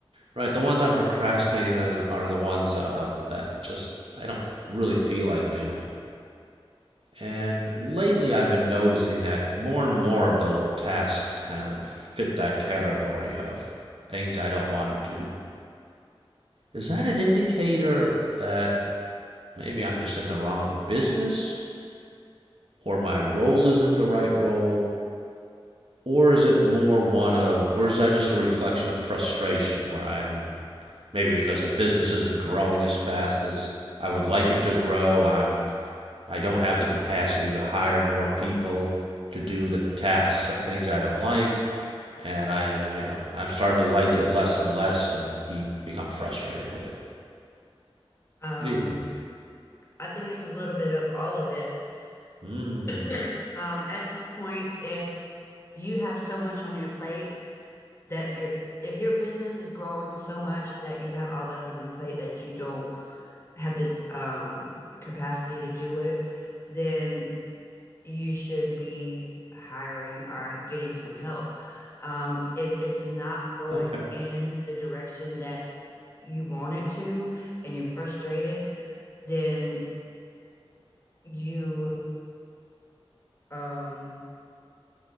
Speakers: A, on the right; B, on the left.
A: Right, the ones I'm procrastinating are the- are the ones um, that just I don't really feel like doing. And lately, I've been noticing that more and more of those tasks kind of fit that category of things I don't want to do. Is that an indicator that maybe I'm just in the wrong business or my role isn't the right role? or is it more one of or is that just a reflection of frustration where i'm maybe because the business isn't growing as fast as i would like it to grow i'm i don't have the capacity to hire more people to do the tasks things i don't like and i you know i'm starting to like it less and less and be, become frustrated with it
B: Um,
A: what do you think
B: I think it's a little bit of all of it.
A: Hmm.
B: <laughs> um, at this point, if you have so much on your plate that you're, if your business is growing so much that you have all that on your plate that you don't have the um, capacity to do it, then you should be hiring or getting some help. Um, if it's not going
A: okay
B: in the direction that you want it to and you're frustrated, then you um